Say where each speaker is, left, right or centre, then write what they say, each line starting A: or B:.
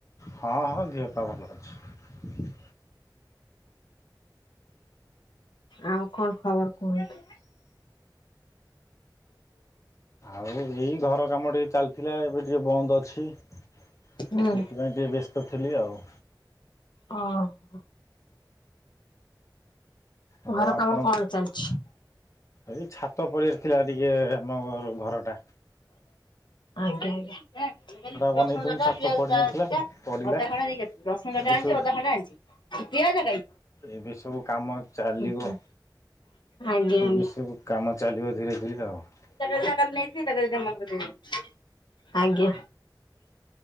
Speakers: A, on the left (about 40°); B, on the left (about 75°).
A: ହଁ ହଁ ଦେହପା ଭଲ ଅଛି।
B: ଆଉ କଣ ଖବର କୁହନ୍ତୁ?
A: ଆଉ ଏଇ ଘର କାମ ଟିକେ ଚାଲିଥିଲା ଏବେ ଟିକେ ବନ୍ଦ ଅଛି। ସେଥିପାଇଁ
B: ହୁଁ
A: ଟିକେ ବ୍ୟସ୍ତ ଥିଲି ଆଉ।
B: ଅ ହୋ।
A: ଆଉ
B: ଘର
A: ଆପଣ
B: କାମ କଣ ଚାଲିଛି?
A: ଏଇ ଛାତ ପଡିଆରଥିଲା ଟିକେ ମୋର ଘର ଟା।
B: ଆଉ <unintelligible> ମୁଁ କହିଲି
A: ବନେଇଥିଲୁ
B: ରସୁଣ ଜରିଟା
A: ଛାତ
B: ପିଆଜ
A: ପଡ଼ିନଥିଲା
B: ଯା ଦିଟା ଅଦା
A: ପଡ଼ିଲା
B: ଖଣ୍ଡେ ନେଇକି ଆସିବୁ। ରସୁଣ
A: ଏବେ
B: ଜରିଟା ଆଣିଚି।
A: ସବୁ
B: ଅଦା ଖଣ୍ଡେ ଆଣିଚି। ପିଆଜ କାଇ?
A: ଏବେ ସବୁ କାମ ଚା ଚାଲିବ
B: ହୁଁ ଆଜ୍ଞା ଆଜ୍ଞା।
A: ଏବେ ସବୁ କାମ ଚାଲିବ ଧୀରେ ବୁଝିଲ ।
B: <inaudible> ଆଜ୍ଞା।